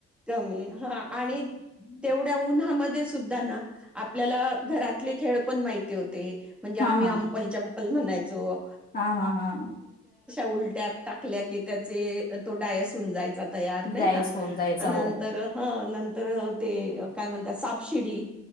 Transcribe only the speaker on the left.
हा
हा
हा हा हा
जायस
होऊन जायचा
हो